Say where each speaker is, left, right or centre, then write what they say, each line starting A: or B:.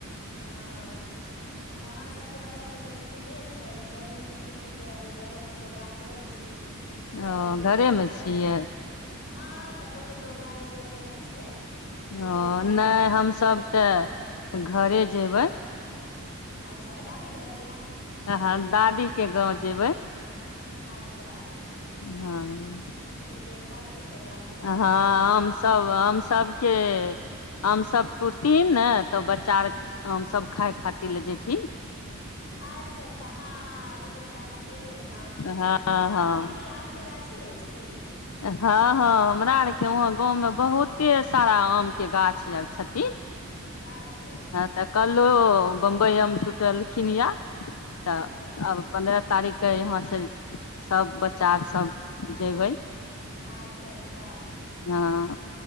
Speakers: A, on the left; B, on the left.
A: ओ नहि हमसभके बच्चाके तऽ छुट्टी भेल छै गर्मीके छुट्टीके अभी घरेमे प्रोग्राम करै छी सभ
B: ओ
A: दिन
B: घरेमे
A: भरि
B: छियै
A: हँ कतहु के प्रोग्राम ई बेरके नहि छै
B: ह
A: ई बेर घरेमे
B: नहि
A: रहैके
B: हमसभ
A: छै
B: तऽ घरे जेबै
A: अच्छा दादी घर के
B: तहन दादी के गाँव जेबै
A: अच्छा
B: हँ
A: बेर दादी के प्रोग्राम छै
B: हँ आमसभ आमसभके आमसभ
A: हूँ
B: टुटथिन ने तऽ बच्चा आर आम सभ खााय खातिर लए जेयथिन
A: अच्छा अच्छा हँ हँ अभी त टाइम छै आम के
B: हँ हँ
A: तऽ अहाँके की आम के गाछी अछि ठीक
B: हँ हँ हमरा आरके वहाँ गाँवमे बहुते सारा आमके गाछ आर छथिन
A: आ छै
B: हँ तऽ कल्हो बम्बइम टूटलखिन य तऽ
A: अच्छा
B: आ अपने तारीख के यहाँ से सब बच्चा आर सब जेबै
A: अच्छा अच्छा
B: हँ